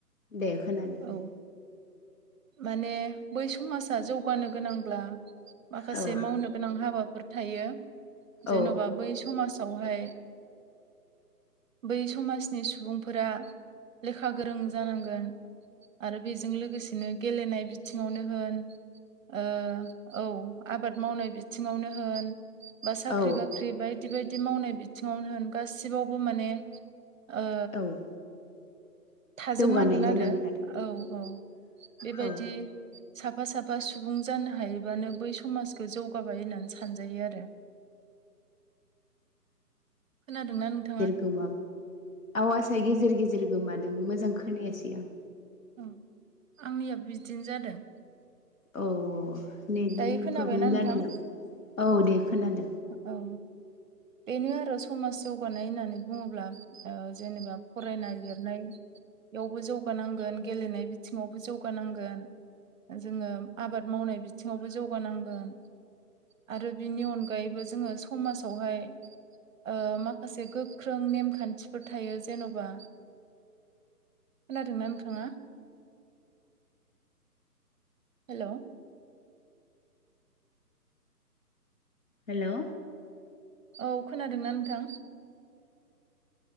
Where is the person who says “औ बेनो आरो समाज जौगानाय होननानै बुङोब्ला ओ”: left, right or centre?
Right